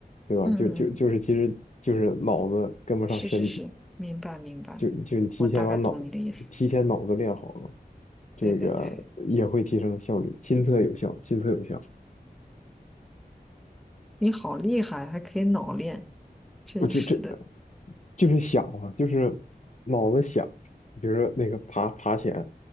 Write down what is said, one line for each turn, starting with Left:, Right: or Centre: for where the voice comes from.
Left: 对吧？
Centre: 嗯嗯，
Left: 就就就是其实就是脑子跟不上身体，
Centre: 嗯是是是，明白明白，
Left: 就就你提前把脑
Centre: 我大概懂你的意思。
Left: 提前脑子练好了，这个也会提升效率，
Centre: 对对对，
Left: 亲测有效，亲测有效。
Centre: 你好厉害，还可以脑练，真是的，
Left: 我就这就是想啊，就是脑子想，比如说那个爬爬来，